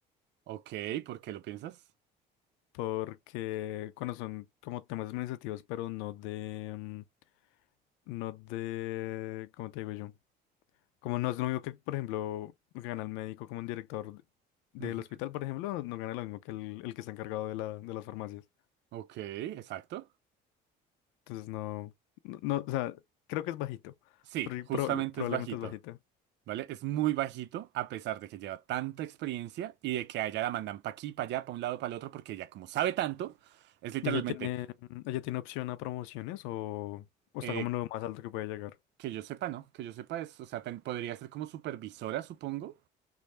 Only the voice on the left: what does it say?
porque cuando son como temas administrativos, pero no de, mm, no de, ¿cómo te digo yo? Como no es lo mismo que, por ejemplo, gana el médico como un director del
hospital, por ejemplo, no, no gana lo mismo que el, el que está encargado de la, de las farmacias.
Entonces no, no, no, o sea, creo que es bajito.
Pro-
pro- probablemente
es bajita.
¿Y ella tiene, mm, ella tiene opción a promociones o, o está
como en lo más alto que puede llegar?